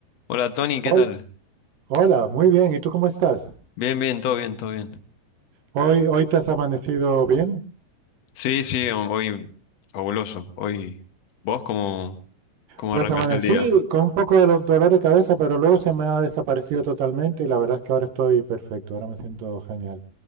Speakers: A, on the left; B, on the right.
A: Hola Tony, ¿qué
B: Hol-
A: tal?
B: Hola, muy bien. ¿Y tú cómo estás?
A: Bien, bien, todo bien, todo bien.
B: Hoy, hoy te has amanecido bien.
A: Sí, sí, ho- hoy fabuloso. Hoy, ¿vos cómo, cómo
B: Pues
A: arrancaste
B: amanecí
A: el día?
B: con un poco de lo- dolor de cabeza, pero luego se me ha desaparecido totalmente y la verdad es que ahora estoy perfecto. Ahora me siento genial.